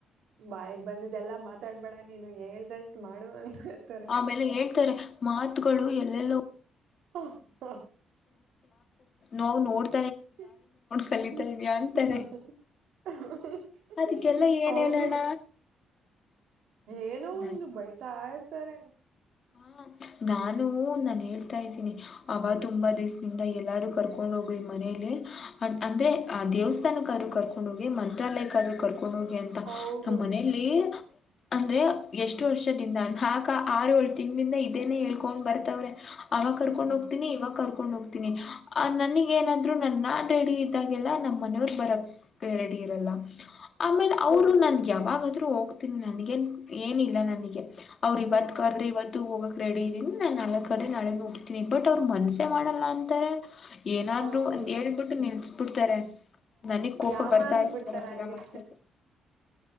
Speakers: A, on the right (about 75°); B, on the left (about 50°).
A: ಬಾಯಿಗೆ ಬಂದಿದೆ ಎಲ್ಲಾ ಮಾತಾಡ್ಬೇಡ ನೀನು ಹೇಳ್ದಷ್ಟು ಮಾಡು ಇರ್ತಾರೆ
B: ಆಮೇಲೆ ಹೇಳ್ತಾರೆ ಮಾತುಗಳು ಎಲ್ಲೆಲ್ಲೋ
A: ಹ ಹ
B: ನಾವ್ ನೋಡ್
A: ಹ್ಮ್
B: ಕಲಿತಾರೆ
A: ಹ್ಮ್
B: ಅಂತಾರೆ
A: ಹ್ಮ್ ಹಿ
B: ಅದಕ್ಕೆಲ್ಲ ಏನ್
A: ಹೌದು
B: ಹೇಳೋಣ
A: ಏನೋ
B: ನನ್
A: ಒಂದು ಬೈತ ಇರ್ ತಾರೆ.
B: ಹ ನಾನು ನಾನು ಹೇಳ್ತಾ ಇದ್ದೀನಿ ಅವಬ ತುಂಬಾ ದಿವ್ಸದಿಂದ ಎಲ್ಲಾರು ಕರ್ಕೊಂಡ್ ಹೋಗ್ಿ ಮನೇಲಿ ಅ ಅಂದ್ರೆ ಆ ದೇವಸ್ಥಾನಕ್ಕಾದರು ಕರ್ಕೊಂಡ್ ಹೋಗಿ ಮಂತ್ರಾಲಯಕ್ಕಾದರು ಕರ್ಕೊಂಡ ಕೊಂಡು ಹೋಗಿ ಅಂತ
A: ಹೌದು
B: ನಮ್ಮ ಮನೆಯಲ್ಲಿ ಅಂದ್ರೆ ಎಷ್ಟು ವರ್ಷದಿಂದ ಆಕ ಆರು ವರ್ಷ ತಿಂಗಳಿಂದ ಇದೇನೆೇ ಹೇಳ್ಕೊಂಡ್ ಬರ್ತವ್ರೆ ಅವಾಗ ಕರ್ಕೊಂಡ್
A: ಹ್ಮ್ ಹ್ಮ್
B: ಹೋಗ್ತನಿ ಇವ ಕರ್ ಕಕೊಂಡು ಹೋಗ್ತನಿ ನನಗ ಏನಾದ್ರು ನನ್ನ ನಾನು ರೆಡಿ ಇದ್ದಾಗೆಲ್ಲ ನಮ್ಮ ಮನೆಯವ್ರು ಬರಕ್ ರೆಡಿ ಇರಲ್ಲ ಆಮೇಲೆ ಅವರು ನನ್ಗೆ ಯಾವಾಗಾದ್ರೂ ಹೋಗ್ತೀನಿ ನನಗೆ ಏನಿಲ್ಲ ನನ್ ಅವ್ರ
A: ಹ್ಮ್
B: ಇವತ್ ಕ್ರೆ ಇವತ್ತು ಹೋಗೋಕ್ ರೆಡಿ ಇದೀನಿ ನಾನು ನಾಲ್ಕು ಅದೆ ನಾಳೆ ನೋಡ್ತೀನಿ ಬಟ್ ಅವ್ರು ಮನಸೆ ಮಾಡಲ್ಲ ಅಂತಾರೆ ಏನಾದ್ರು
A: ಹೌದು
B: ಅಂತ ಹೇಳಬಿಟ್ಟು ನಿನ್ ಬಿುಡ್ತಾರೆ ನನಗ್ ಕೋಪ
A: ಯಾಮಾರ್ಸ್
B: ಬರ್ತಾ ಇತ್ತುಂಗಗೆಲ್ಲಾ
A: ಬಿಡ್ತಾರ ಹಂಗೆ
B: ಮಾಡ್ತಾರಿ